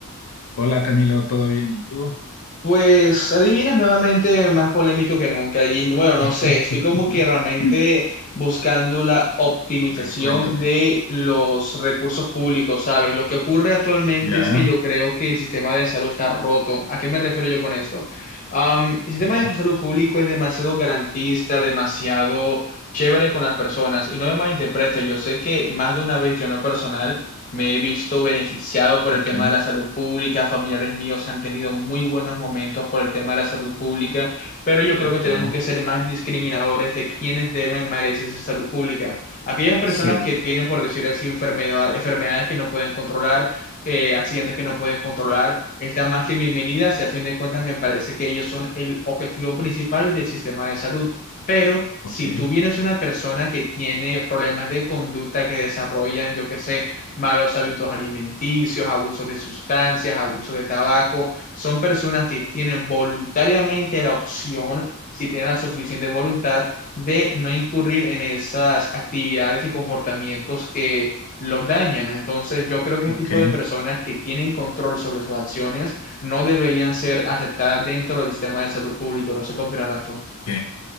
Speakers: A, on the left (about 80°); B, on the left (about 35°).
A: Hola Camilo, ¿todo bien? ¿Y tú?
B: Pues adivinas nuevamente más polémico que nunca. Y bueno, no
A: <laughs>
B: sé, estoy como que realmente buscando la optimización
A: A ver, cuéntame.
B: de los recursos públicos, ¿sabes? Lo que ocurre actualmente
A: Ya,
B: es que yo creo que el sistema de salud está roto. ¿A qué me refiero yo con esto? Am, el sistema
A: ya,
B: de salud público es demasiado garantista, demasiado chévere con las personas. Y no me malinterpretes, yo sé que más de una vez yo no personal Me he visto beneficiado por
A: ok,
B: el tema de la salud pública, familiares míos han tenido muy buenos momentos por el tema de la salud pública, pero yo creo que tenemos
A: ya.
B: que ser más discriminadores de quienes deben merecerse esa salud pública. Aquellas personas
A: Sí,
B: que tienen, por decir así, enfermedad- enfermedades que no pueden controlar, eh, accidentes que no pueden controlar, están más que bienvenidas y a fin de cuentas me parece que ellos son el objetivo principal del sistema de salud. Pero si
A: ok,
B: tú vienes una persona que tiene problemas de conducta que desarrollan, yo qué sé, malos hábitos alimenticios, abuso de sustancias, abuso de tabaco. Son personas que tienen voluntariamente la opción, si tienen la suficiente voluntad, de no incurrir en esas actividades y comportamientos que los dañan. Entonces, yo creo que ese
A: ok,
B: tipo de personas que tienen control sobre sus acciones no deberían ser aceptadas dentro del sistema de salud público. No sé qué opinarás tú.
A: ok.